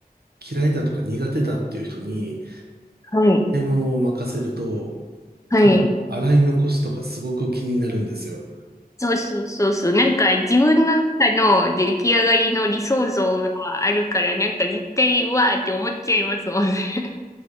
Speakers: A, on the right; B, on the left.
A: 嫌いだとか苦手だっていう人に
B: はい。
A: 買い物を任せると
B: はい。
A: 多分洗い残しとかすごく気になるんですよ。
B: そうそうそうそう。なんか自分の中の出来上がりの理想像があるから、なんか絶対うわーって思っちゃいますもんね。<laughs>